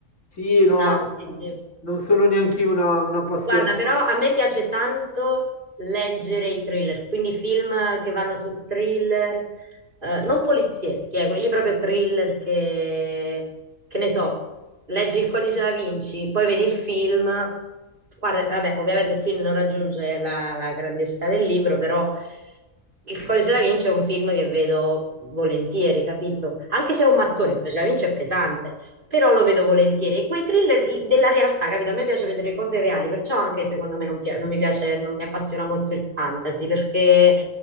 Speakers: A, on the left; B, on the right.
A: Sì, no,
B: No, sì, sì.
A: non sono neanche io una, un appassionato.
B: Guarda, però a me piace tanto leggere i thriller, quindi film che vanno sul thriller, eh, non polizieschi, eh, quelli lì proprio thriller che, che ne so, leggi il Codice da Vinci, poi vedi il film, guarda, vabbè, ovviamente il film non raggiunge la, la grandiosità del libro, però il Codice da Vinci è un film che vedo volentieri, capito? Anche se è un mattone, il Codice da Vinci è pesante però lo vedo volentieri. Quei thriller i- della realtà, capito? A me piace vedere cose reali, perciò anche secondo me non, pia- non mi piace, non mi appassiona molto il fantasy, perché,